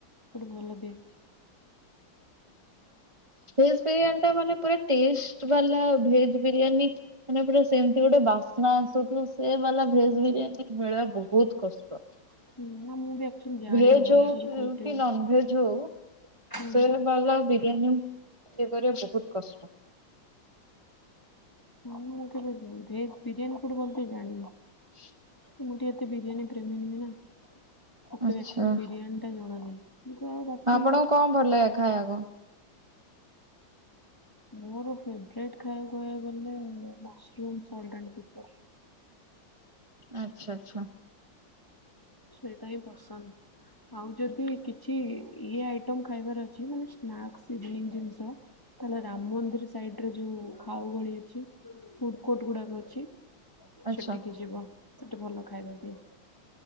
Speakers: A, on the left; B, on the right.
A: କୋଉଠି ଭଲ ଦିଏ?
B: ଭେଜ୍‌ ବିରିୟାନୀ ଟା ମାନେ ପୁରା ଟେଷ୍ଟ ବାଲା ଭେଜ୍‌ ବିରିୟାନୀ ମାନେ ପୁରା ସେମତି ଗୋଟେ ବାସ୍ନା ଆସୁଥିବ, ସେ ବାଲା ଭେଜ୍‌ ବିରିୟାନୀ ମିଳିବା ବହୁତ କଷ୍ଟ।
A: <unintelligible> ଜାଣିନି
B: ଭେଜ୍‌
A: ଭୁବନେଶ୍ୱରରେ
B: ହଉ
A: କୋଉଠି
B: କି ନନଭେଜ୍‌ ହଉ
A: ହୁଁ
B: ସେ ବାଲା ବିରିୟାନୀ ଇଏ କରିବା ବହୁତ କଷ୍ଟ।
A: ମୁଁ କେବେ ଭେଜ୍‌ ବିରିୟାନୀ କୋଉଠି ବନତେ, ଜାଣିନି।
B: <inaudible>
A: ମୁଁ ଟିକେ ଏତେ ବିରିୟାନୀ ପ୍ରେମୀ ନୁହେଁ ନା, ମତେ
B: ଆଚ୍ଛା
A: ଆକଚୁଆଲି ବିରିୟାନୀଟା ଜଣା ନାହିଁ। କିନ୍ତୁ ଆଉ ବାକି
B: ଆପଣଙ୍କୁ କଣ ଭଲ ଲାଗେ ଖାଇବାକୁ?
A: ମୋର ଫେଭରେଟ୍ ଖାଇବାକୁ କହିବାକୁ ଗଲେ, ମସରୁମ୍ ସଲ୍ଟ ଆଣ୍ଡ ପେପର।
B: ଆଚ୍ଛା, ଚ୍ଛା, ଚ୍ଛା।
A: ସେଇଟା ହିଁ ପସନ୍ଦ, ଆଉ ଯଦି କି କିଛି ଇଏ ଆଇଟମ୍ ଖାଇବାର ଅଛି, ମାନେ ସ୍ନାକସ୍‌ <unintelligible> ଜିନିଷ। ତାହଲେ ରାମ ମନ୍ଦିର ସାଇଡ଼ରେ ଯୋଉ ଖାଓ ଗଳି ଅଛି, ଫୁଡ଼ କୋର୍ଟ ଗୁଡ଼ାକ ଅଛି।
B: ଆଚ୍ଛା
A: ସେଠିକି ଯିବ, ସେଠି ଭଲ ଖାଇବା ଦିଏ।